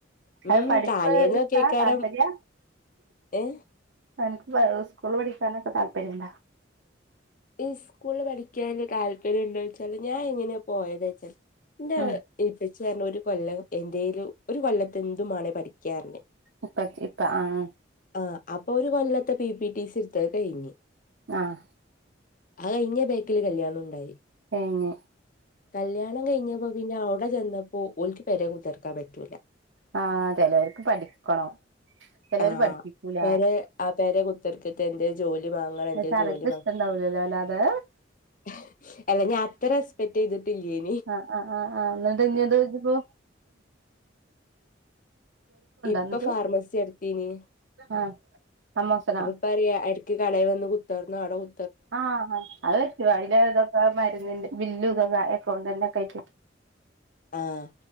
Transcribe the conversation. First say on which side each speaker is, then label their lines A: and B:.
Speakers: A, on the left (about 45°); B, on the right (about 75°).
A: ഹ്മ്
B: അത് പഠിപ്പ്
A: താലേന്നൊക്കേക്കാരം
B: ഇഷ്ടാ താല്പര്യ
A: ഏഹ്.
B: തനിക് വഹ് സ്കൂളിൽ പഠിക്കാനൊക്കെ താല്പര്യണ്ടാ?
A: ഈ സ്കൂള്ൽ പഠിക്കാൻ താല്പര്യം ഉണ്ടോയ്ച്ചാല് ഞാ എങ്ങനെ പ പോയത്ച്ചാൽ ഇന്റെ
B: ഉം
A: ഹ് ഇപ്പച്ചിയർഞ്ഞു ഒരു കൊല്ലം എന്തെയ്ലും. ഒരു കൊല്ലത്തെ എന്തുമാണേ പാടിക്കന്ന് പറഞ്ഞ്
B: ഇപ്പ ഇപ്പ ആഹ്.
A: ആ അപ്പൊ ഒരു കൊല്ലത്തെ പി പി ടി സിട്ത്ത് അഹ് കഴിഞ്ഞ്.
B: ആഹ്
A: അഹ് കൈഞ്ഞ ബേക്ക്‌ല് കല്യാണുണ്ടായി.
B: കൈഞ്ഞ്.
A: കല്യാണം കഴിഞ്ഞപ്പോ പിന്നെ അവ്ടെ ചെന്നപ്പോ ഓൽക്ക് പെരേ കുത്തർക്കാൻ പറ്റൂല.
B: ആഹ് ചെലോര്ക്ക് പഠിക്കണം ചെലോര്
A: ആഹ്
B: പഠിപ്പിക്കൂല.
A: പെരെ ആ പേരെ കുത്തർക്കര്ത് എന്തെ ജോലി മാങ്ങണം
B: പക്ഷെ
A: എന്തെ
B: അനക്ക്
A: ജോലി
B: ഇഷ്ടണ്ടാവൂലല്ലോ
A: മാങ്ങണം.
B: അല്ലാതെ
A: ഹ് അല്ല ഞാ അത്ര എക്സ്പെക്റ്റെയ്ത് ട്ട് ല്ല്യേനി.
B: ആ ആ ആ ആ ഇഞ്ഞട്ട് ഇഞ്ത്പ്പൊ.
A: ഇപ്പ
B: എന്നിട്ട്
A: ഫാർമസി ഇട്ത്തീനി
B: ആഹ് അമ്മോസനോ
A: അപ്പൊ ഇപ്പറിയാ. ക്ക്‌ കടേ വന്ന് കുത്തർന്നോ ഔടെ കു
B: ആഹ് അതറ്റും അയ്ന്റെ തൊക്കെ മര്ന്നിന്റെ ബില്ലു തൊക്കെ എക്കൗണ്ടന്റൊക്കെ അയിട്ട്.
A: ആഹ്